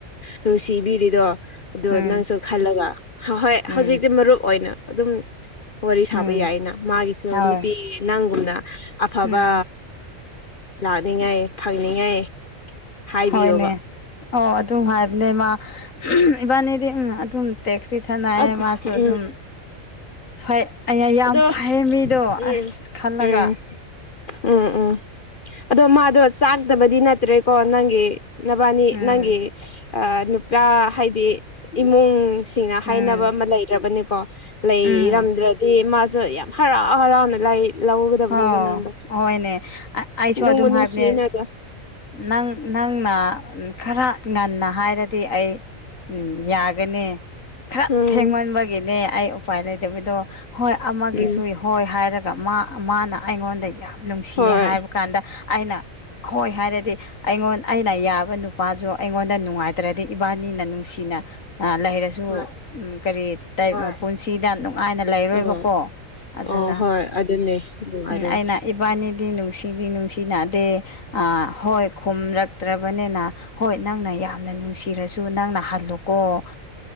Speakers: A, on the left; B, on the left.
A: ꯅꯨꯡꯁꯤꯕꯤꯔꯤꯗꯣ ꯑꯗ
B: ꯎꯝ
A: ꯅꯪꯁꯨ ꯈꯜꯂꯒ ꯍꯣꯏ ꯍꯧꯖꯤꯛꯇꯤ
B: ꯎꯝ
A: ꯃꯔꯨꯞ ꯑꯣꯏꯅ ꯑꯗꯨꯝ ꯋꯥꯔꯤ ꯁꯥꯕ
B: ꯎꯝ
A: ꯌꯥꯏꯌꯦꯅ ꯃꯥꯒꯤꯁꯨ
B: ꯍꯣꯏ
A: ꯅꯨꯄꯤ ꯅꯪꯒꯨꯝꯅ ꯑꯐꯕ
B: ꯎꯝ
A: ꯂꯥꯛꯅꯤꯡꯉꯥꯏ ꯐꯪꯅꯤꯡꯉꯥꯏ ꯍꯥꯏꯕꯤꯌꯣꯕ
B: ꯍꯣꯏꯅꯦ ꯑꯣ ꯑꯗꯨꯝ ꯍꯥꯏꯕꯅꯦ ꯏꯃ ꯏꯕꯥꯅꯤꯗꯤ ꯎꯝ ꯑꯗꯨꯝ ꯇꯦꯛꯁꯤ ꯊꯅꯑꯌꯦ
A: ꯎꯝ
B: ꯃꯥꯁꯨ ꯑꯗꯨꯝ ꯐꯩ ꯑꯩ ꯌꯥꯝ
A: ꯑꯗꯣ
B: ꯐꯩꯌꯦ ꯃꯤꯗꯣ
A: ꯎꯝ
B: ꯑꯁ ꯈꯜꯂꯒ
A: ꯎꯝ ꯎꯝ ꯎꯝ ꯑꯗꯣ ꯃꯥꯗꯣ ꯆꯥꯛꯇꯕꯗꯤ ꯅꯠꯇ꯭ꯔꯦꯀꯣ ꯅꯪꯒꯤ ꯅꯕꯥꯅꯤ
B: ꯎꯝ
A: ꯅꯪꯒꯤ ꯅꯨꯄꯥ ꯍꯥꯏꯗꯤ ꯏꯃꯨꯡꯁꯤꯡꯅ
B: ꯎꯝ
A: ꯍꯥꯏꯅꯕ ꯑꯃ ꯂꯩꯔꯕꯅꯤꯀꯣ ꯂꯩꯔꯝꯗ꯭ꯔꯗꯤ
B: ꯎꯝ
A: ꯃꯥꯁꯨ ꯌꯥꯝ ꯍꯔꯥꯎ ꯍꯔꯥꯎꯅ ꯂꯥꯏ ꯂꯧꯒꯗꯕꯅꯤꯀꯣ
B: ꯍ
A: ꯅꯪꯗꯣ
B: ꯍꯣꯏꯅꯦ ꯑꯩꯁꯨ
A: ꯅꯨꯡꯕꯨ
B: ꯑꯗꯨꯝ
A: ꯅꯨꯡꯁꯤꯅꯗ
B: ꯍꯥꯏꯕꯅꯦ ꯅꯪ ꯅꯪꯅ ꯈꯔ ꯉꯟꯅ ꯍꯥꯏꯔꯗꯤ ꯑꯩ ꯌꯥꯒꯅꯤ ꯈꯔ
A: ꯎꯝ
B: ꯊꯦꯡꯃꯟꯕꯒꯤꯅꯦ ꯑꯩ ꯎꯄꯥꯏ ꯂꯩꯇꯕꯤꯗꯣ ꯍꯣꯏ ꯑꯃꯒꯤ
A: ꯎꯝ
B: ꯁꯏ ꯍꯣꯏ ꯍꯥꯏꯔꯒ ꯃꯥ ꯃꯥꯅ ꯑꯩꯉꯣꯟꯗ ꯌꯥꯝ ꯅꯨꯡꯁꯤꯌꯦ
A: ꯍꯣꯏ
B: ꯍꯥꯏꯕ ꯀꯗ ꯑꯩꯅ ꯍꯣꯏ ꯍꯥꯏꯔꯗꯤ ꯑꯩꯉꯣꯟ ꯑꯩꯅ ꯌꯥꯕ ꯅꯨꯄꯥꯁꯨ ꯑꯩꯉꯣꯟꯗ ꯅꯨꯡꯉꯥꯏ ꯅꯠꯇ꯭ꯔꯗꯤ ꯏꯕꯥꯅꯤꯅ ꯅꯨꯡꯁꯤꯅ ꯂꯩꯔꯁꯨ
A: ꯍꯣꯏ
B: ꯀꯔꯤ
A: ꯍꯣꯏ
B: ꯄꯨꯟꯁꯤꯗ ꯅꯨꯡꯉꯥꯏꯅ ꯂꯩꯔꯣꯏꯕꯀꯣ
A: ꯎꯝ
B: ꯑꯗꯨꯅ
A: ꯑꯣ ꯍꯣꯏ ꯑꯗꯨꯅꯦ ꯅꯨꯡꯉꯥꯏꯔꯣꯏ
B: ꯑꯩꯅ ꯏꯕꯥꯅꯤꯗꯤ ꯅꯨꯡꯁꯤꯗꯤ ꯅꯨꯡꯁꯤ ꯅꯥꯗꯦ ꯍꯣꯏ ꯈꯨꯝꯂꯛꯇ꯭ꯔꯕꯅꯤꯅ ꯍꯣꯏ ꯅꯪꯅ ꯌꯥꯝꯅ ꯅꯨꯡꯁꯤꯔꯁꯨ ꯅꯪꯅ ꯍꯜꯂꯨꯀꯣ